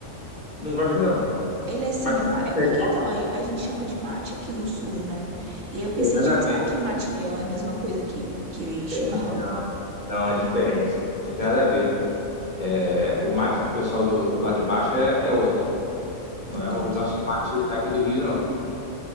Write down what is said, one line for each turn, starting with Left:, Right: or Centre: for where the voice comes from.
Left: não gosto não.
Right: Ele é
Left: Tu-
Right: similar?
Left: Mas tu quer saber
Right: É
Left: se
Right: porque
Left: é igual?
Right: então a, a gente chama de mate aqui no sul, né? E aí eu pensei,
Left: Tem nada
Right: gente,
Left: a ver.
Right: será que mate leão é a mesma coisa que, que chimarrão?
Left: Tem, né? Não, não, é diferente. Não tem nada a ver. É, o mate do pessoal do, lá de baixo é, é outro. Não
Right: Entendi.
Left: é o nosso mate daqui do Rio, não.